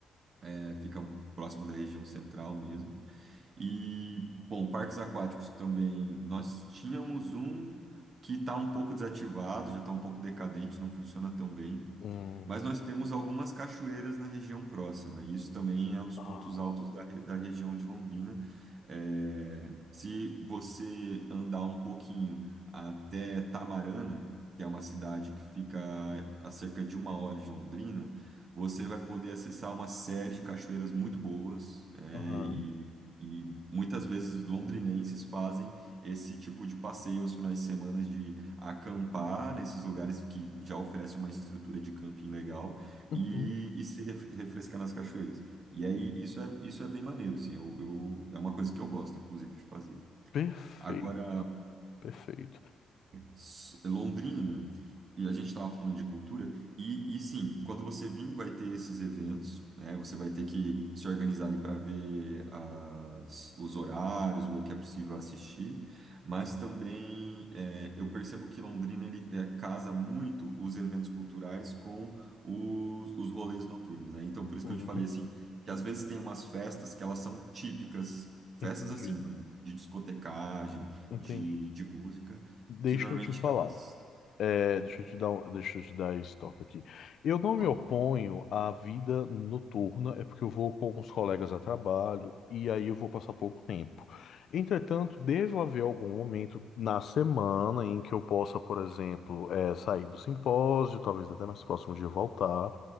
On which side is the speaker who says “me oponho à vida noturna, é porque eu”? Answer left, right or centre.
Left